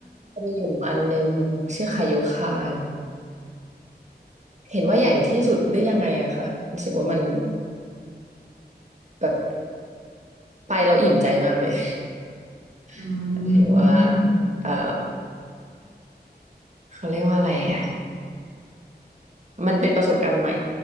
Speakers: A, on the right; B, on the right.
A: จะมีอยู่อันหนึ่งชื่อคาโยคานเห็นว่าใหญ่ที่สุดหรือยังไงอะค่ะรู้สึกว่ามันแบบไปแล้วอิ่มใจมากเลย
B: อืม
A: <laughs> ถึงว่าเอ่อเขาเรียกว่าอะไรอะ มันเป็นประสบการณ์ใหม่